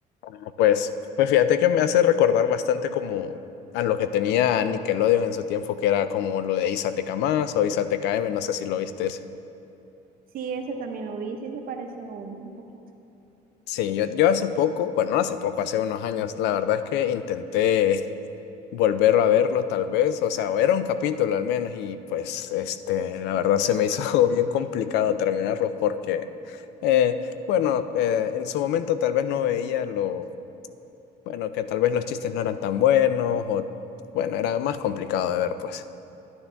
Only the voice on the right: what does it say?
Sí, ese también lo vi, sí se parece un un poquito.